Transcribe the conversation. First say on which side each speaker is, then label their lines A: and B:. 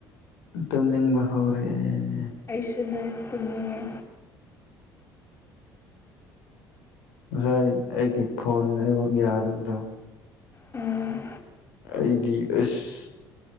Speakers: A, on the left; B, on the left.
A: ꯇꯨꯝꯅꯤꯡꯕ ꯍꯧꯔꯦꯟ
B: ꯑꯩꯁꯨꯅꯦ ꯇꯨꯝꯅꯤꯡꯉꯦ
A: ꯉꯁꯥꯏ ꯑꯩꯒꯤ ꯐꯣꯟ ꯅꯦꯠꯋꯥꯛ ꯌꯥꯗꯕꯗꯣ
B: ꯎꯝ
A: ꯑꯩꯗꯤ ꯑꯁ